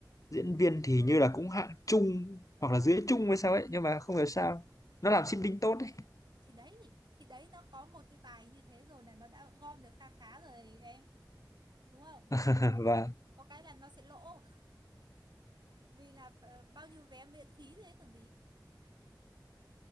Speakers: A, on the left; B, on the right.
A: diễn viên thì như là cũng hạng trung hoặc là dưới trung hay sao ấy nhưng mà không hiểu sao nó làm marketing tốt đấy
B: thì đấy thì đấy nó có một cái bài như thế rồi là nó đã gom được kha khá rồi em đúng không
A: <laughs> và
B: có cái là nó sẽ lỗ <laughs> vì là ờ, bao nhiêu vé miễn phí thế còn gì